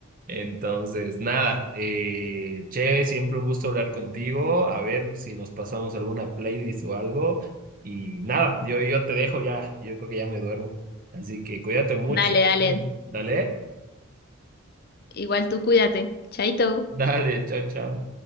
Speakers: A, on the right; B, on the left.
A: Entonces, nada, eh, Che, siempre un gusto hablar contigo, a ver si nos pasamos alguna playlist o algo y nada, yo, yo te dejo ya, yo creo que ya me duermo. Así que cuídate mucho.
B: Dale, dale.
A: Dale,
B: Igual tú cuídate. Chaito.
A: <laughs> dale, chao, chao.